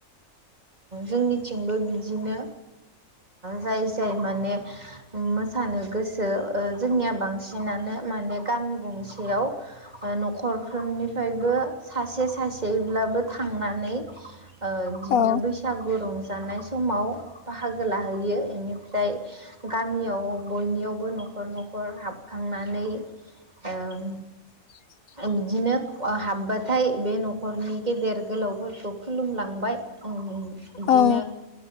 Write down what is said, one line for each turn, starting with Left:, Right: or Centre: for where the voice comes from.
Right: जोंनिथिंबो बिदिनो जाय जाय माने मोसानो गोसो जोंनिया बांसिनानो माने गामि गंसेयाव । न'खरफोरनिफ्रायबो सासे सासेब्लाबो थांनानै बिदिनो
Left: औ
Right: बैसागु रं जानाय समाव बाहागो लाहैयो बेनिफ्राय गामियाव बयनियावबो न'खर न'खर हाबखांनानै ओं
Left: <inaudible>
Right: बिदिनो हाबबाथाय बे न'खरनि गेदेर गोलावफोरखौ खुलुमलांबाय । बिदिनो
Left: औ